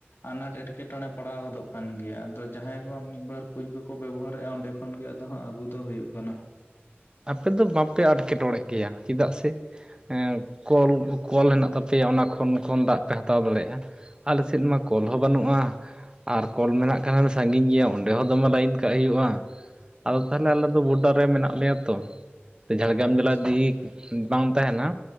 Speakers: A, on the left; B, on the right.
A: ᱟᱱᱟᱴ ᱮᱴᱠᱮᱴᱚᱬᱮ ᱯᱟᱲᱟᱣ ᱜᱚᱫᱚᱜ ᱠᱟᱱ ᱜᱮᱭᱟ ᱟᱫᱚ ᱡᱟᱦᱟᱸᱭ ᱠᱚ ᱢᱤᱫ ᱵᱟᱨ ᱠᱩᱧ ᱠᱚᱠᱚ ᱵᱮᱵᱚᱦᱟᱨᱮᱫᱼᱟ ᱚᱸᱰᱮ ᱩᱱ ᱜᱮ ᱟᱫᱚ ᱦᱟᱸᱜ ᱟᱹᱜᱩ ᱫᱚ ᱦᱩᱭᱩᱜ ᱠᱟᱱᱟ᱾
B: ᱟᱯᱮ ᱫᱚ ᱵᱟᱯᱮ ᱟᱸᱴᱠᱮᱴᱚᱬᱮᱜ ᱜᱮᱭᱟ ᱪᱮᱫᱟᱜ ᱥᱮ ᱮᱸ ᱠᱚᱞ ᱠᱚᱞ ᱦᱮᱱᱟᱜ ᱛᱟᱯᱮᱭᱟ ᱚᱱᱟ ᱠᱷᱚᱱ ᱠᱷᱚᱱ ᱫᱟᱜ ᱯᱮ ᱦᱟᱛᱟᱣ ᱫᱟᱲᱮᱭᱟᱜᱼᱟ᱾ ᱟᱞᱮ ᱥᱮᱫ ᱢᱟ ᱠᱚᱞ ᱦᱚᱸ ᱵᱟᱹᱱᱩᱜᱼᱟ᱾ ᱟᱨ ᱠᱚᱞ ᱢᱮᱱᱟᱜ ᱠᱷᱟᱱ ᱥᱟᱺᱜᱤᱧ ᱜᱮᱭᱟ ᱚᱸᱰᱮ ᱦᱚᱸ ᱫᱚᱢᱮ ᱞᱟᱭᱤᱱ ᱠᱟᱜ ᱦᱩᱭᱩᱜᱼᱟ᱾ ᱟᱫᱚ ᱛᱟᱦᱚᱞᱮ ᱟᱞᱮ ᱫᱚ ᱵᱚᱰᱟᱨ ᱨᱮ ᱢᱮᱱᱟᱜ ᱞᱮᱭᱟ ᱡᱷᱟᱲᱜᱨᱟᱢ
A: ᱟᱪᱪᱷᱟ
B: ᱡᱮᱞᱟ ᱡᱩᱫᱤ ᱵᱟᱝ ᱛᱟᱦᱮᱱᱟ